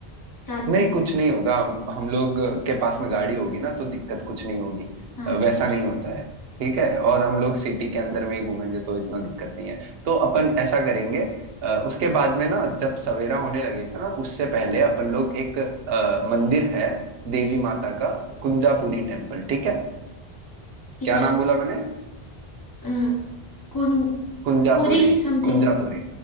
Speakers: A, on the left (about 20°); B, on the right (about 75°).
A: रात में
B: नहीं कुछ नहीं होगा हम हम लोग के पास में गाड़ी होगी ना तो दिक्कत कुछ नहीं होगी
A: हाँ
B: अ, वैसा
A: ठीक है ठीक
B: नहीं होता
A: है।
B: है ठीक है और हम लोग सिटी के अंदर में ही घूमेंगे तो इतना दिक्कत नहीं है तो अपन ऐसा करेंगे अ, उसके बाद में ना जब सवेरा होने लगेगा ना उससे पहले अपन लोग एक अ, मंदिर है देवी माता का कुंजापुरी टेम्पल ठीक है
A: ठीक
B: क्या
A: है
B: नाम बोला मैंने
A: अ, कुन
B: कुंजापुरी
A: पूरी समथिंग
B: कुंजापुरी